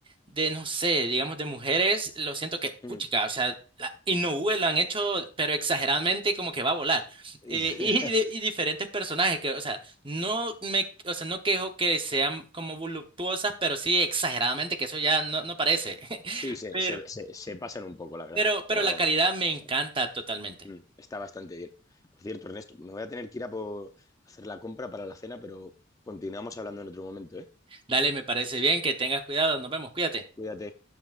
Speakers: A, on the right; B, on the left.
A: de no sé, digamos de mujeres, lo siento que,
B: Mm.
A: puchica, o sea, la, Inoue lo han hecho, pero exageradamente como que va a volar.
B: <laughs>
A: Eh, y, de- y diferentes personajes que, o sea, no me, o sea, no quejo que sean como voluptuosas, pero sí exageradamente, que eso ya no, no parece. <laughs>
B: Sí, se,
A: Pero,
B: se, se- se pasan un poco, la verdad,
A: pero,
B: pero
A: pero la calidad me
B: bastante.
A: encanta totalmente.
B: Mm, está bastante bien. Por cierto, Ernesto, me voy a tener que ir a por hacer la compra para la cena, pero continuamos hablando en otro momento, ¿eh?
A: Dale, me parece bien, que tengas cuidado, nos vemos, cuídate.
B: Cuídate.